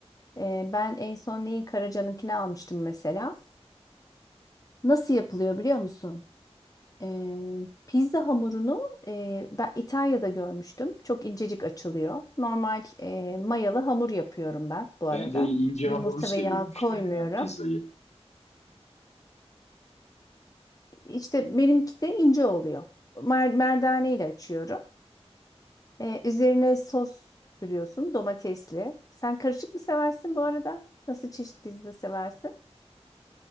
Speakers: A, on the left; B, on the left.
A: Ee, ben en son neyi Karaca'nınkini almıştım mesela. Nasıl yapılıyor biliyor musun? Ee, pizza hamurunu e, ben İtalya'da görmüştüm. Çok incecik açılıyor. Normal e, mayalı hamur yapıyorum ben bu arada.
B: Ben de ince
A: Yumurta
B: hamurlu seviyorum
A: ve yağ
B: işte
A: koymuyorum.
B: yani pizzayı.
A: İşte benimki de ince oluyor. Mer merdane ile açıyorum. Ee, üzerine sos sürüyorsun domatesli. Sen karışık mı seversin bu arada? Nasıl çeşit pizza seversin?